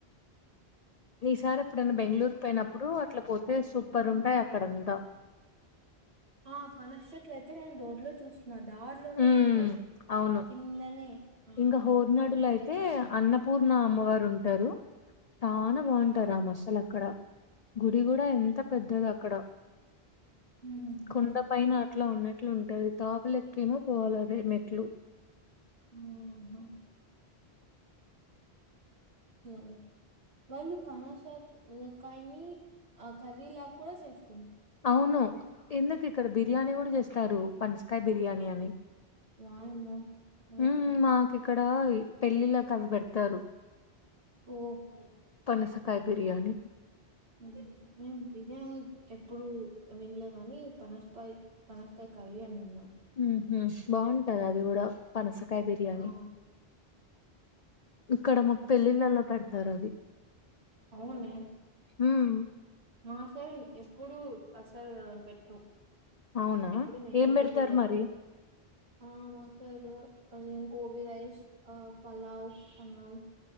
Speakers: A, on the left; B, on the right.
A: ఈసారి ఎప్పుడైనా బెంగళూరు పోయినప్పుడు అట్ల పోతే సూపర్ ఉంటాయి అక్కడంతా
B: ఆ పనస చెట్లు అయితే నేను రోడ్ లో చూసిన దా
A: ఉమ్
B: ఉంటాయి
A: అవును
B: కిందనే ఆ
A: ఇంకా హోర్నాడులో
B: అది ఒక్కటే
A: అయితే
B: చూసిన
A: అన్నపూర్ణ అమ్మవారు ఉంటారు చానా బాగుంటాది
B: ఆ
A: రా మసాల అక్కడ గుడి కూడా ఎంత
B: ఆ,
A: పెద్దది అక్కడ
B: ఉమ్మ్, ఉమ్మ్,
A: కొండా పైన అట్లా ఉన్నట్లు ఉంటది తాపల ఎక్కేమో పోవాలదే మెట్లు
B: ఊ హ్మ్మ్ ఏం వాళ్ళు పనాసా కాయని ఆ కర్రీ లాగా కూడా చేసుకుంటారు
A: అవును ఎందుకు ఇక్కడ బిర్యానీ కూడా చేస్తారు. పనసకాయ బిర్యానీ అని
B: వాయమ్మో మర్
A: ఉమ్ మాకు ఇక్కడ పెళ్ళిళ్ళకు అవి పెడతారు
B: ఓకే
A: పనసకాయ
B: ఉమ్
A: బిర్యానీ
B: బి బిరియాని ఎప్పుడు వినలే గాని పనస్కాయ్ పనస్కాయ కర్రీ అని విన్న
A: ఊ హ్మ్ బాగుంటది అది కూడా పనస కాయ బిర్యానీ
B: ఆ
A: ఇక్కడ మాకు పెళ్ళిళ్ళలో పెడతారు అది
B: అవునే
A: ఉమ్
B: మా సైడ్ ఎప్పుడు అసలు పెట్టరు
A: అవునా
B: ఎప్పుడు వినింది
A: ఏం పెడతారు
B: కూడ లేదు
A: మరి
B: ఆ మా సైడ్ అదేంది గోబి రైస్ ఆ పలావ్ అన్నాం